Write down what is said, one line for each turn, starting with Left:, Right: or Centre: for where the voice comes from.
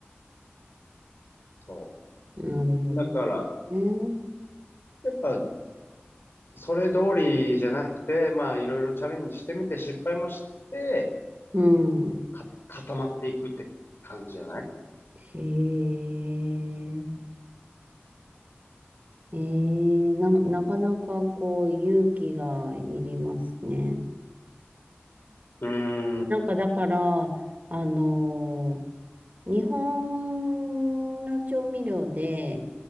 Left: そ
Right: なるほど
Left: う。だから、
Right: ね。
Left: やっぱそれ通りじゃなくて、まあ、いろいろチャレンジしてみて、失敗もして、
Right: うん、
Left: こうか、固まっていくって感じじゃない
Right: へえ。えー、な、なかなかこう勇気がいりますね。
Left: うーん、うん
Right: なんかだから、あのー日本の調味料で、